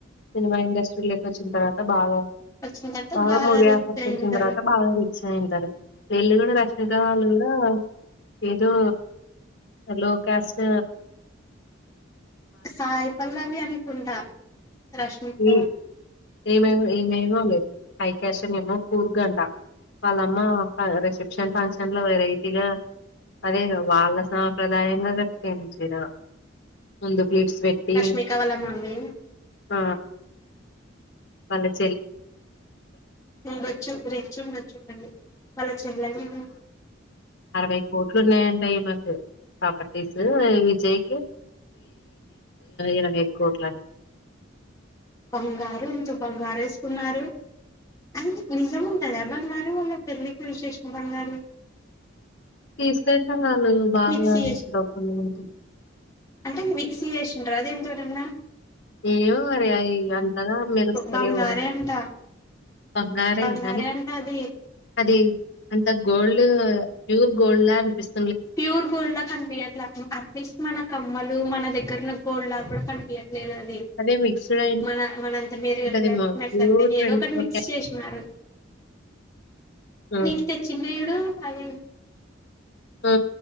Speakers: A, on the left; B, on the left.
A: సినిమా ఇండస్ట్రీలోకి వచ్చిన తర్వాత బాగా
B: వచ్చిన తర్వాత
A: బాగా మూవీ
B: రిచ్
A: ఆఫర్స్
B: అయింటారు
A: వచ్చిన తర్వాత బాగా రిచ్ అయింటారు వీళ్ళు కూడా రష్మిక వాళ్ళు కూడా ఏదో లో క్యాస్ట్
B: సాయిపల్లవి అనుకుంటా రష్మిక
A: ఈ ఏమేమ్ ఏమేమో పైకషన్ ఏమో కూరుగంట వాళ్ళమ్మ రిసెప్షన్ ఫంక్షన్ లో వెరైటీగా అదే వాళ్ళ సాంప్రదాయంగా కట్టుకుంది చీర ముందు ప్లీట్స్ పెట్టి
B: రష్మిక వాళ్ళ మమ్మీ
A: అ పల్లె
B: ఉండొచ్చు రిచ్ ఉండొచ్చు వాళ్లు చెల్లలి
A: అరవై కోట్లు ఉన్నాయంట ప్రాపర్టీస్ విజయకి ఇరవై కోట్లు అం
B: బంగారు ఎంత బంగారు వేసుకున్నారు అన్ని నిజం ఉంటదా బంగారు వాళ్ళ పెళ్ళికి విశేషం బంగారు
A: తీసుకెళ్తా అల్లు బాగా
B: మిక్సీ చేసి
A: డబ్బులు బోతయి
B: అంటే మిక్సీ చేసిండ్ర దేని తోటన్న
A: ఏమో మరి అవి అంతగా మెరుస్తలేవు
B: బంగారే
A: కదా
B: అంట
A: బంగారె
B: బంగారే
A: కానీ
B: అంట అది
A: అది అంత గోల్డ్ ఆ ప్యూర్ గోల్డ్ లా అనిపిస్
B: ప్యూర్ గోల్డ్ లా కనిపియట్లే అట్లీస్ట్ మన కమ్మలు మన దగ్గ దగ్గర లా గోల్డ్ లాగా కూడా కన్పియా లేదా అది
A: అదే మిక్స్డ్ అయి
B: మన మనంత మేరుగట్లే
A: ఉంటదేమో
B: మెరుసట్లేదు
A: ప్యూర్ ట్వంటీ
B: ఏదో ఒకటి
A: ఫోర్
B: మిక్స్ చేసినారు
A: క్యారెట్
B: నీకు తెచ్చింది చూడు అదే
A: ఆ